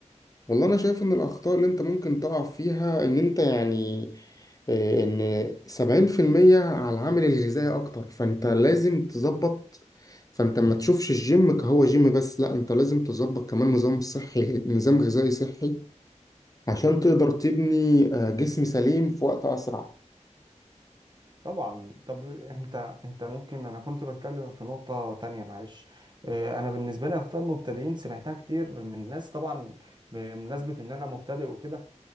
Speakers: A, on the left; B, on the right.
A: والله انا شايف ان الاخطاء اللي انت ممكن تقع فيها ان انت يعني آه، ان سبعين في المية على العامل الغذائي اكتر فانت لازم تظبط فانت ما تشوفش الجيم كهو جيم بس لا انت لازم تظبط كمان نظام صحي نظام غذائي صحي عشان تقدر تبني آه، جسم سليم في وقت اسرع
B: طبعا طب انت انت ممكن انا كنت بتكلم في نقطه تانية معلش إيه، انا بالنسبه لي اخطاء المبتدئين سمعتها كتير من ناس طبعا بمناسبه ان انا مبتدئ وكده